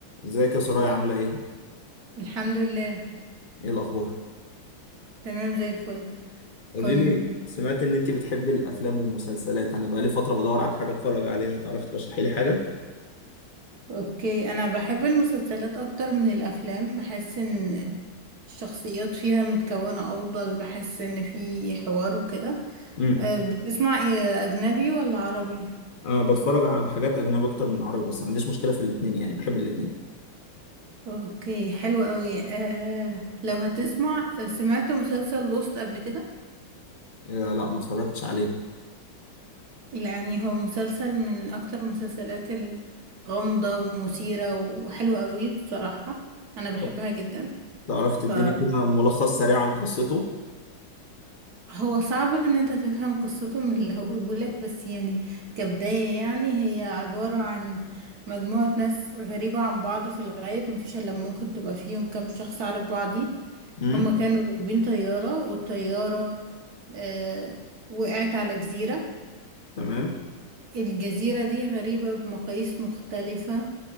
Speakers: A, on the left; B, on the right.
A: ازيك يا سرايا عاملة ايه؟
B: الحمد لله
A: ايه الأخبار؟
B: تمام زي الفل
A: قولي
B: كنت
A: لي سمعت إن أنت بتحبي الأفلام والمسلسلات، أنا بقالي فترة بدور على حاجة أتفرج عليها، تعرفي ترشحي لي حاجة؟
B: اوكي انا بحب المسلسلات اكتر من الافلام بحس ان الشخصيات فيها متكونة افضل بحس ان في حوار وكده
A: امم
B: أه بتسمع إيه، اجنبي ولا عربي
A: أنا بتفرج على حاجات أجنبي أكتر من عربي بس ما عنديش مشكلة في الاتنين يعني بحب الاتنين،
B: اوكي حلو قوي أه لو هتسمع سمعت مسلسل لوست قبل كده
A: آه لا ما اتفرجتش عليه،
B: يعني هو مسلسل من اكتر المسلسلات الغامضة ومثيرة وحلوة قوي بصراحة انا بحبها
A: طب
B: جدا
A: تعرفي
B: ف
A: تديني كده ملخص سريع عن قصته؟
B: هو صعب ان انت تفهم قصته من اللي هقولهولك بس يعني كبداية يعني هي عبارة عن مجموعة ناس غريبة عن بعض في الغالب مفيش الا ممكن تبقى فيهم كام شخص عارف بعضي
A: امم
B: هما كانوا راكبين طيارة والطيارة آه وقعت على جزيرة
A: تمام
B: الجزيرة دي غريبة بمقاييس مختلفة